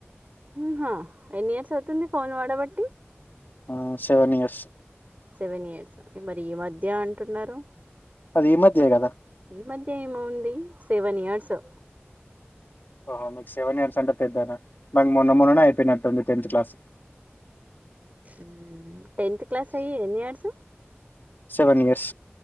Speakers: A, on the right; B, on the left.
A: ఊహా ఎన్ని ఇయర్స్ అవుతుంది ఫోను వాడబట్టి
B: ఆ సెవెన్ ఇయర్స్
A: సెవెన్ ఇయర్స మరి ఈ మధ్య అంటున్నారు
B: అది ఈ మధ్యే కదా
A: ఈ మధ్య ఏమువుంది సెవెన్ ఇయర్సు
B: ఓహో మీకు సెవెన్ ఇయర్స్ అంటే పెద్దనా మాకు మొన్న మొన్ననే అయిపోయినట్టుంది టెన్త్ క్లాస్
A: ఊ టెన్త్ క్లాసు అయ్యి ఎన్ని ఇయర్సు
B: సెవెన్ ఇయర్స్